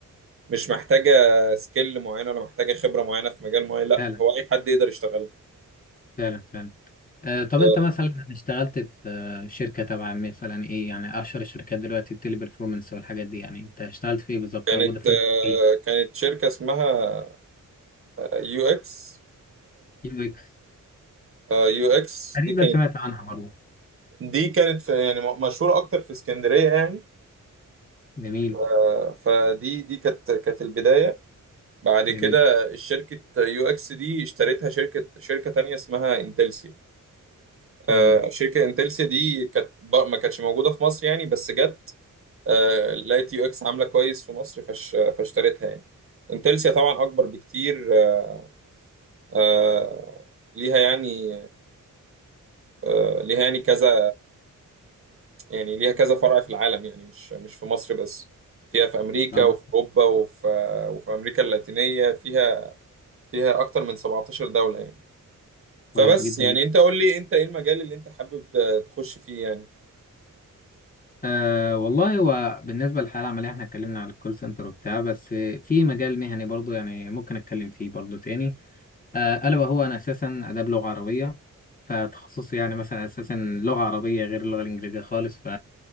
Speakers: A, on the right; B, on the left.
A: مش محتاجة سكيل معينة ولا محتاجة خبرة معينة في مجال معين لا
B: فعلا
A: هو أي حد يقدر يشتغلها
B: فعلا فعلا آه، طب
A: آه،
B: انت مثلا اشتغلت في آه، شركة تبع مثلا ايه يعني اشهر الشركات دلوقتي التيلي performance والحاجات دي يعني انت اشتغلت في ايه بالظبط
A: كانت
B: او فودافون
A: آه،
B: في ايه
A: كانت شركة اسمها يو اكس
B: يو اكس
A: يو اكس
B: تقريبا
A: دي كانت
B: سمعت عنها برضه
A: دي كانت في- يعني م- مشهورة أكتر في اسكندرية يعني
B: جميل
A: آه، فدي دي كانت كانت البداية بعد
B: جميل
A: كده شركة يو اكس دي اشتريتها شركة شركة تانية اسمها انتلسيا آه،
B: امم
A: شركة انتلسيا دي كانت ب- ما كانتش موجودة في مصر يعني بس جت آه، لقيت يو اكس عامله كويس في مصر فاش فاشتريتها يعني انتلسيا طبعا اكبر بكتير آه، آه، ليها يعني آه، ليها يعني كذا يعني ليها كذا فرع في العالم يعني مش مش في مصر بس فيها في امريكا
B: طب
A: وفي اوروبا وفي وفي امريكا اللاتينيه فيها فيها اكتر من 17 دوله يعني فبس
B: كويس جدا
A: يعني
B: جدا
A: انت قول لي انت ايه المجال اللي انت حابب ت- تخش فيه يعني
B: أه والله هو بالنسبة للحالة العملية احنا اتكلمنا على الكول سنتر وبتاع بس آه، في مجال مهني برضه يعني ممكن اتكلم فيه برضه تاني آه، ألا وهو أنا أساسا آداب لغة عربية فتخصصي يعني مثلا أساسا لغة عربية غير اللغة الإنجليزية خالص ف